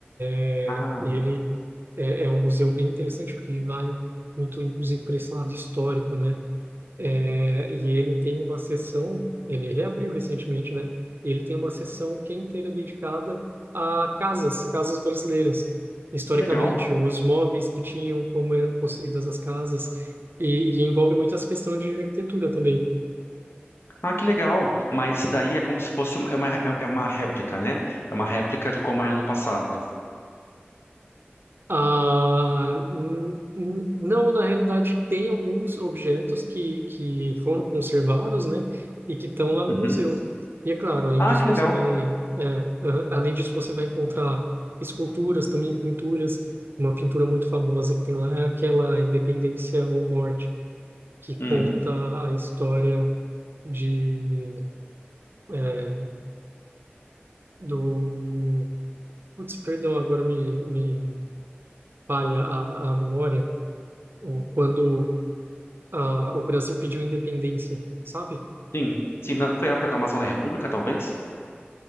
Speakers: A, on the right; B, on the left.
A: É,
B: Ah,
A: ele é, é um museu bem interessante porque ele vai muito, inclusive, para esse lado histórico, né? É, e ele tem uma sessão, ele reabriu recentemente, né? E ele tem uma sessão que é inteira dedicada a casas, casas brasileiras. Historicamente,
B: que legal.
A: os móveis que tinham, como eram construídas as casas, e, e envolve muito essa questão de arquitetura também.
B: Ah, que legal! Mas daí é como se fosse uma, é uma, é uma réplica, né? É uma réplica de como era no passado.
A: Ah, n- n- não, na realidade, tem alguns objetos que, que foram conservados, né, e que estão lá no
B: Uhum.
A: museu. E é claro, além
B: Ah,
A: disso,
B: que
A: você
B: legal!
A: vai, é, ah, além disso, você vai encontrar esculturas, também pinturas. Uma pintura muito famosa que tem lá é aquela Independência ou Morte, que conta
B: Hum,
A: a história de, é, do... Putz, perdão, agora me, me falha a, a memória. O- Quando ah, o Brasil pediu independência, sabe?
B: sim. Sim, não foi a proclamação da República, talvez?